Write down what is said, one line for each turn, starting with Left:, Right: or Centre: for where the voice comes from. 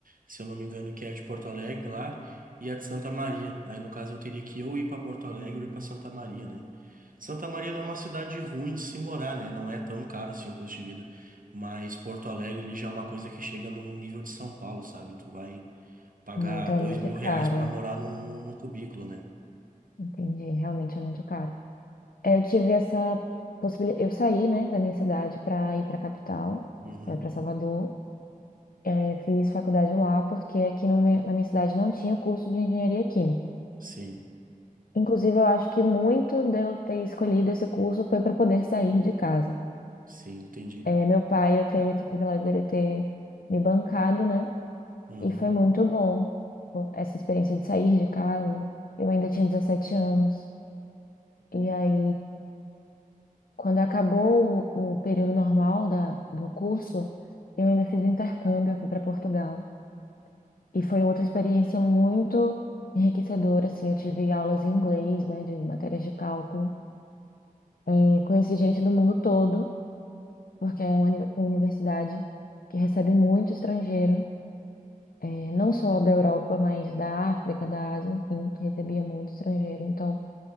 Right: se eu não me engano, que é a de Porto Alegre lá e a de Santa Maria. Aí no caso eu teria que ou ir para Porto Alegre ou ir para Santa Maria, né? Santa Maria não é uma cidade ruim de se morar, né? Não é tão caro assim o custo de vida. Mas Porto Alegre ali já é uma coisa que chega no nível de São Paulo, sabe? Tu vai pagar
Left: Ah, então
Right: dois
Left: é muito
Right: mil
Left: cara,
Right: reais para morar num, num cubículo, né?
Left: entendi, realmente é muito caro. É, Eu tive essa possibilidade, eu saí, né, da minha cidade para ir para a capital,
Right: Uhum.
Left: para Salvador. É, fiz faculdade lá porque aqui no me- na minha cidade não tinha curso de engenharia química.
Right: Sim,
Left: Inclusive, eu acho que muito de eu ter escolhido esse curso foi para poder sair de casa.
Right: sim, entendi.
Left: É, meu pai, eu tenho esse privilégio dele ter me bancado, né?
Right: Uhum.
Left: E foi muito bom pô, essa experiência de sair de casa. Eu ainda tinha 17 anos. E aí, quando acabou o, o período normal da, do curso, eu ainda fiz o intercâmbio, eu fui para Portugal. E foi outra experiência muito enriquecedora, assim. Eu tive aulas em inglês, né, de matérias de cálculo. É, conheci gente do mundo todo, porque é uma uni- uma universidade que recebe muito estrangeiro, é, não só da Europa, mas da África, da Ásia, enfim, que recebia muito estrangeiro. Então,